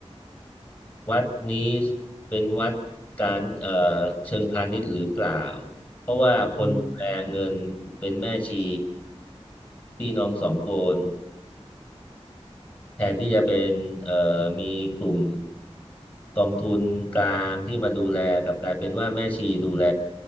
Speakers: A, on the left (about 15°); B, on the right (about 90°).
A: วัดนี้เป็นวัดการเอ่อเชิงพาณิชย์หรือเปล่าเพราะว่าคนแปลเงินเป็นแม่ชี
B: อืม
A: พี่น้องสองคน แทนที่จะเป็นเอ่อมีกลุ่มกองทุนกลางที่มาดูแลกลับกลายเป็นว่าแม่ชีดูแล